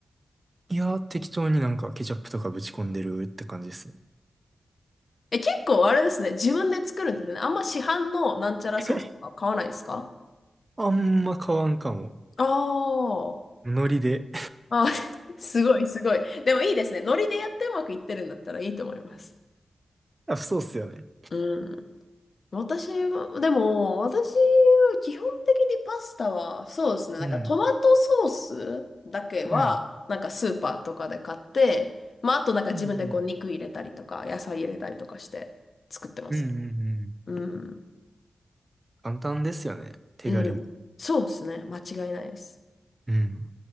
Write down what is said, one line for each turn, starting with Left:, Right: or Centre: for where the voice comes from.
Right: いや、適当になんかケチャップとかぶち込んでるって感じですね。
Left: え、結構あれですね。自分で作るんですよね。あんま市販のなんちゃらソースとか買わないですか
Right: <laughs> あんま変わんかも。
Left: あー
Right: ノリで。
Left: あ、<laughs> すごい、すごい。でもいいですね。ノリでやってうまくいってるんだったらいいと思います。
Right: <laughs> あ、そうっすよね。
Left: うん。私は、でも、私は基本的にパスタは、そうですね。
Right: うん、
Left: なんかトマトソースだけは、
Right: うん、
Left: なんかスーパーとかで買って、まあ、あとなんか自分でこう肉入れたりとか、
Right: うん、
Left: 野菜入れたりとかして作ってます。
Right: うん、うん、うん。
Left: うん。
Right: 簡単ですよね。手軽に。
Left: うん。そうですね。間違いないです。
Right: うん。